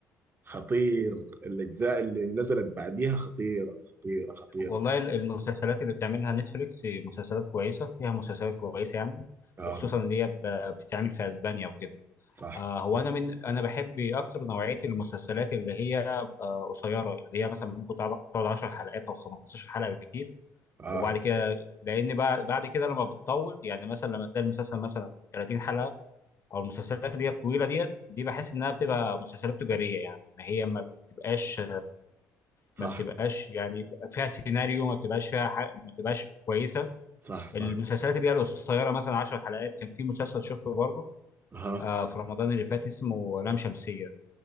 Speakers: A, on the right; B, on the left.
A: خطير الأجزاء اللي نزلت بعديها خطيرة خطيرة خطيرة
B: والله ال- المسلسلات اللي بتعملها نتفليكس مسلسلات كويسه فيها مسلسلات كويسه يعني
A: آه
B: وخصوصا اللي هي ب- بتتعمل في اسبانيا وكده
A: صح
B: آه هو انا من انا بحب اكتر نوعيه المسلسلات اللي هي آه قصيره اللي هي مثلا ممكن تقعد تقعد 10 حلقات او 15 حلقه بالكتير
A: آه
B: وبعد كده لان بع- بعد كده لما بتطول يعني مثلا لما تلاقي المسلسل مثلا 30 حلقه او المسلسلات اللي هي الطويله ديت دي بحس انها بتبقى مسلسلات تجاريه يعني ما هي ما بتبقاش
A: صح
B: ما بتبقاش يعني فيها سيناريو ما بتبقاش فيها ح... ما بتبقاش كويسه
A: صح صح
B: المسلسلات اللي هي القصيره مثلا 10 حلقات كان في مسلسل شفته برضه
A: اها
B: آه في رمضان اللي فات اسمه لام شمسيه